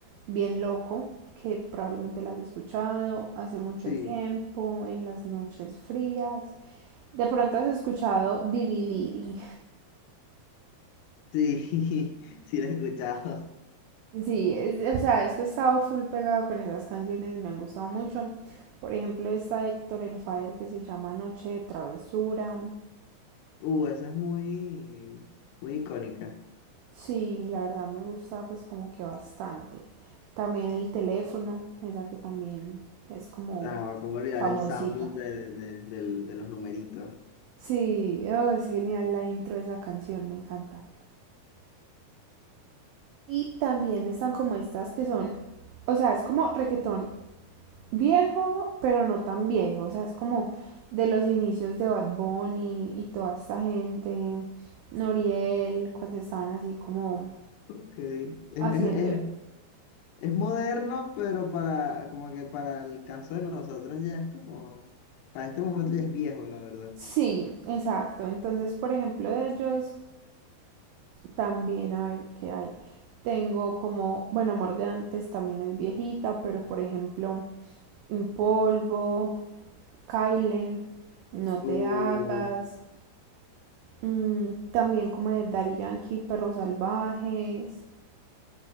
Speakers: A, on the right (about 90°); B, on the left (about 85°).
A: bien loco, que probablemente la has escuchado hace mucho
B: Sí,
A: tiempo, en las noches frías. De pronto has escuchado Diriviri.
B: sí, <laughs> sí la he escuchado.
A: Sí, es- o sea, es que he estado full pegada con esas canciones, me han gustado mucho. Por ejemplo, esta de Héctor El Father que se llama Noche de Travesura.
B: Uh, esa es muy, muy icónica.
A: Sí, la verdad me gusta pues como que bastante. También el teléfono, esa que también es como
B: Ah, cómo olvidar
A: famosita.
B: el sample de, de, del- de los numeritos.
A: Sí, oh, es genial la intro de esa canción, me encanta. Y también están como estas que son, o sea, es como reggaetón viejo, pero no tan viejo. O sea, es como de los inicios de Bad Bunny y toda esta gente, Noriel, cuando estaban así como
B: Ok. Es, es-
A: haciendo...
B: es- es moderno, pero para, como que para el caso de nosotros ya es como, para este momento ya es viejo, la verdad.
A: Sí, exacto. Entonces, por ejemplo, de ellos también, a ver qué hay. Tengo como, bueno, Amor de antes también es viejita, pero por ejemplo, Un Polvo, Kyle, No Te
B: Uh,
A: Hagas, mm, también como de Daddy Yankee, Perros Salvajes,